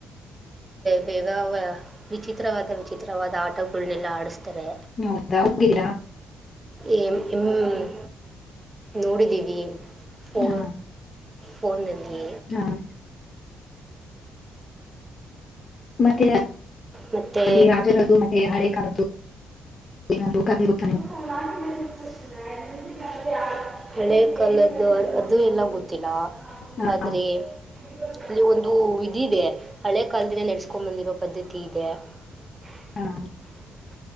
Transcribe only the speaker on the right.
ವ್ಯವ ವಿಚಿತ್ರವಾದ -ವಿಚಿತ್ರವಾದ ಆಟಗಳನ್ನೆಲ್ಲ ಹಾಡಿಸುತ್ತಾರೆ.
ಏ ಹ್ಮ್, ನೋಡಿದೀವಿ- ಫೋ
ಫೋನಲ್ಲಿ
ಮತ್ತು
ಸ <unintelligible> ಹಳೆ ಕಾಲದ್ದು ಅದು ಎಲ್ಲ ಗೊತ್ತಿಲ್ಲ
ಆದ್ರೆ ಇಲ್ಲಿ ಒಂದು ವಿಧಿ ಇದೆ ಹಳೆ ಕಾಲದಿಂದ ನಡ್ಸ್ಕೊಂಡ್ ಬಂದಿರೋ ಪದ್ಧತಿ ಇದೆ. <inaudible>